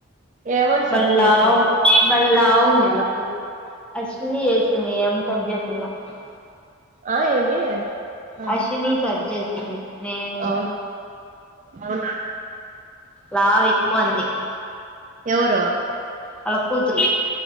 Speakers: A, on the right; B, in the centre.
A: ఏమని సెర్చ్
B: బళ్లావు
A: చేసినావు
B: బల్ల ళ్లావు కపోతు అశని చేసింది ఏం సది చేస్తుంద <unintelligible>
A: ఆ ఏమి ఆహా
B: అశ్విని సరి చేసింది నేను
A: అవును అవునా
B: లావు ఎక్కువ ఉంది
A: ఎవరు
B: వాళ్ల కూతురు